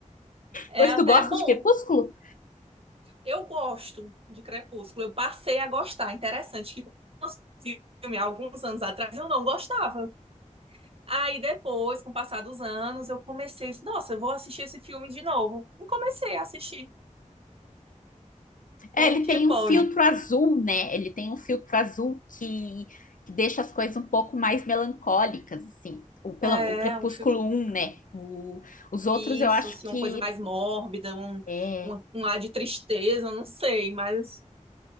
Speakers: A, on the right (about 45°); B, on the left (about 85°).
A: é
B: Pois
A: até
B: tu gosta
A: bom.
B: de Crepúsculo?
A: Eu gosto de Crepúsculo, eu passei a gostar. Interessante que quando eu assisti o filme há alguns anos atrás eu não gostava. Aí depois, com o passar dos anos, eu comecei, nossa, eu vou assistir esse filme de novo. E comecei a assistir.
B: É,
A: Como
B: ele
A: que
B: tem um
A: pode?
B: filtro azul, né? Ele tem um filtro azul que, que deixa as coisas um pouco mais melancólicas, assim. O, pelo,
A: É,
B: o Crepúsculo
A: um filme,
B: um, né? O, os outros
A: isso,
B: eu acho
A: assim,
B: que
A: uma coisa mais mórbida, um,
B: é,
A: um, um ar de tristeza, não sei, mas